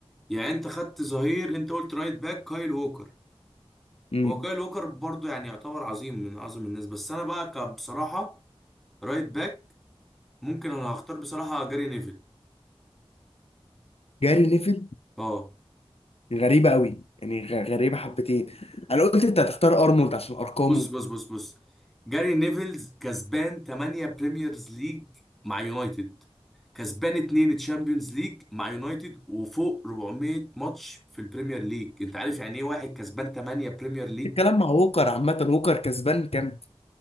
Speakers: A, in the centre; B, on the left.
A: يعني انت خدت ظهير انت قلت رايت باك كايل ووكر
B: امم
A: هو كايل ووكر برضو يعني يعتبر عظيم من اعظم الناس بس انا بقى ك- بصراحه رايت باك ممكن انا هختار بصراحة جاري نيفل
B: جاري نيفل
A: اه
B: غريبه قوي يعني غ- غريبه حبتين انا قلت انت هتختار ارنولد عشان ارقامه
A: بص بص بص بص جاري نيفلز كسبان 8 بريميرز ليج مع يونايتد كسبان 2 تشامبيونز ليج مع يونايتد وفوق 400 ماتش في البريمير ليج انت عارف يعني ايه واحد كسبان 8 بريمير ليج
B: الكلام مع ووكر عامه ووكر كسبان كام